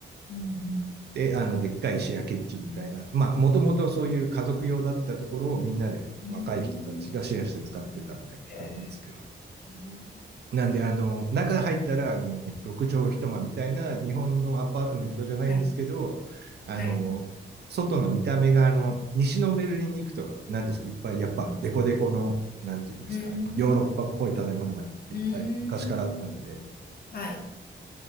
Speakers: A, on the left; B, on the right.
A: うん、
B: で、あの、でっかいシェアキッチンみたいな、まあ、もともとそういう家族用だったところをみんなで若い人たちがシェアして使ってたみたいな感じなんですけど。
A: うん、うーんへえ、うん
B: なんで、あの、中入ったら、あの、6畳一間みたいな日本のアパートメントじゃないんですけど、
A: はい、
B: あの、
A: はい。
B: 外の見た目が、あの、西のベルリンに行くと、なんですか、いっぱい、やっぱ、
A: うん、
B: デコデコの、なんていうんですかね、
A: う
B: ヨーロッパっぽい建物がいっぱい昔からあったんで、
A: ーん、はい、